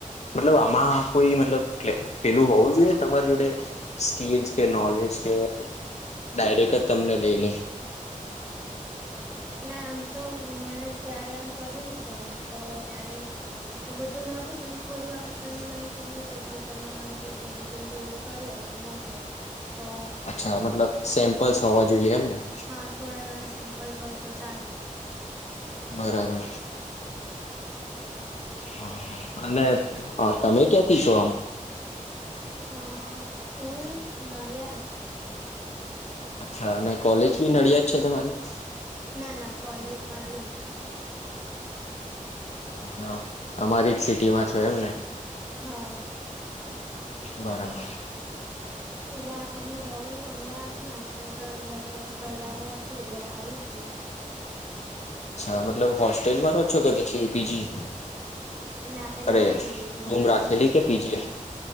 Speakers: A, on the left; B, on the right.
A: મતલબ આમાં કોઈ મતલબ પેલું હોવું જોઈએ તમારી જોડે સ્કીલસ કે નોલેજ કે ડાયરેક જ તમને લઈ લે
B: ના આમ તો મેં ત્યારે આમ કર્યું જોઈન તો ત્યારે આટલું બધું નતું પણ થોડું આમ એમને મને કીધું કે જે તમે આમ કંઈક એડિટિંગ કેવું કઈ કરીયું હોય તો મોકલો તો
A: અચ્છા મતલબ સેમ્પલ્સ હોવા જોઈએ એમને
B: હા થોડા ઘણા સેમ્પલ્સ હોય તો ચાલે
A: બરાબર હા હા અને હ તમે ક્યા ક્યાંથી છો આમ
B: હા હું નડિયાદ
A: અચ્છા અને કોલેજ બી નડિયાડ જ છે તમારી
B: ના ના કોલેજ મારી અમદાવાદ છે.
A: હ અમારી જ સિટીમાં છો એમ ને
B: હા
A: બરાબર
B: એટલે અમે રહું અમદાવાદમાં જ પણ તો એટલે રજાઓ હતી એટલે આઈ તી
A: અચ્છા મતલબ હોસ ટેલમા રો છો કે પછી પીજી
B: ના એટલે
A: અરે
B: મારા રિલેટિવ
A: રૂમ
B: ના
A: રાખેલી
B: ઘરે
A: કે પીજી